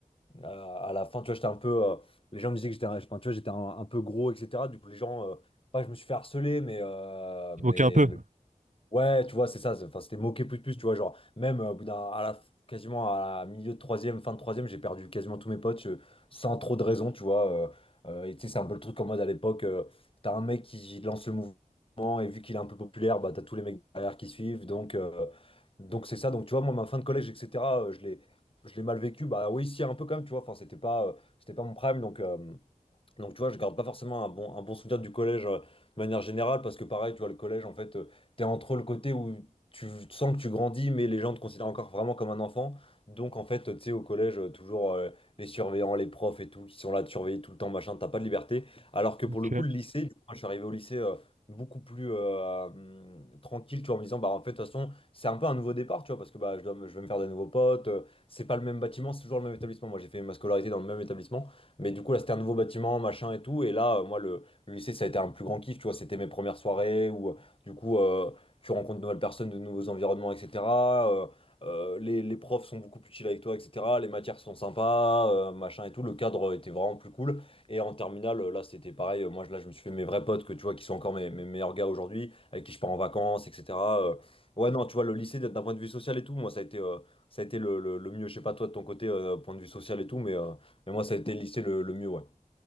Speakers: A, on the left; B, on the right.
A: à à la fin, tu vois, j'étais un peu. euh, les gens me disaient que j'étais un, enfin, tu vois, j'étais un, un peu gros, etc. Du coup, les gens. euh, pas que je me suis fait harceler, mais, euh,
B: Tu
A: mais,
B: moquais un peu.
A: mais Ouais, tu vois, c'est ça. c'est- Enfin, c'était moqué plus de plus, tu vois, genre même euh, au bout d'un, à la, quasiment à la milieu de troisième, fin de troisième, j'ai perdu quasiment tous mes potes euh, sans trop de raison, tu vois. euh, euh, et tu sais, c'est un peu le truc en mode à l'époque, euh, t'as un mec qui lance le mouvement et vu qu'il est un peu populaire, bah t'as tous les mecs derrière qui suivent, donc euh, donc c'est ça. Donc tu vois, moi ma fin de collège, etc. euh, je l'ai je l'ai mal vécu. Bah oui, si un peu quand même, tu vois. Enfin, c'était pas euh, c'était pas mon prime, donc. euh, donc, tu vois, je garde pas forcément un bon, un bon souvenir du collège euh, de manière générale, parce que pareil, tu vois, le collège, en fait, euh, t'es entre le côté où tu sens que tu grandis, mais les gens te considèrent encore vraiment comme un enfant. Donc, en fait, euh, tu sais, au collège, euh, toujours euh, les surveillants, les profs et tout, qui sont là de surveiller tout le temps, machin, t'as pas de liberté. Alors que pour
B: Ok.
A: le coup, le lycée, du coup, moi, je suis arrivé au lycée euh, beaucoup plus euh, hum, tranquille, tu vois, en me disant, bah, en fait, de toute façon, c'est un peu un nouveau départ, tu vois, parce que bah, je dois, me- je vais me faire des nouveaux potes, euh, c'est pas le même bâtiment, c'est toujours le même établissement. Moi, j'ai fait ma scolarité dans le même établissement. Mais du coup, là, c'était un nouveau bâtiment, machin et tout. Et là, euh, moi, le, le lycée, ça a été un plus grand kiff, tu vois. C'était mes premières soirées où, euh, du coup, euh, tu rencontres de nouvelles personnes, de nouveaux environnements, etc. Euh, euh, les, les profs sont beaucoup plus chill avec toi, etc. Les matières sont sympas, euh, machin et tout. Le cadre était vraiment plus cool. Et en terminale, là, c'était pareil. Moi, je- là, je me suis fait mes vrais potes que tu vois, qui sont encore mes, mes meilleurs gars aujourd'hui, avec qui je pars en vacances, etc. Euh, ouais, non, tu vois, le lycée, d'un point de vue social et tout, moi, ça a été, euh, ça a été le, le- le mieux. Je sais pas, toi, de ton côté, euh, point de vue social et tout, mais. euh, mais moi, ça a été le lycée le, le mieux, ouais.